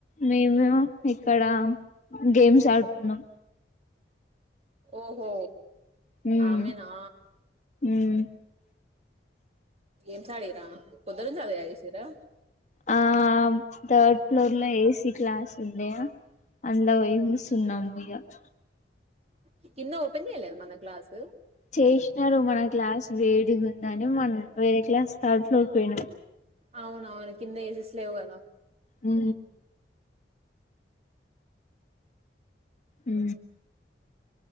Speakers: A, on the left; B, on the right.
A: మేము ఇక్కడ గేమ్స్ ఆడుకున్నాం
B: ఓహో
A: ఉమ్
B: ఆనా
A: ఉమ్
B: ఏం సడరా కుద్దురం చాలా చేయిసరా
A: ఆ థర్డ్ ఫ్లోర్ లో ఏసీ క్లాస్ ఉంది అం <unintelligible>
B: అ కన్న ఓపెన్ క్లాస్
A: చేసినారు మన క్లాస్ వేడి ఉందని మనం వేరే క్లాస్ థర్డ్ ఫ్లోర్ పోయినాం
B: అవున అవును కింద ఏసెస్ లేవుగాద
A: ఉ ఉ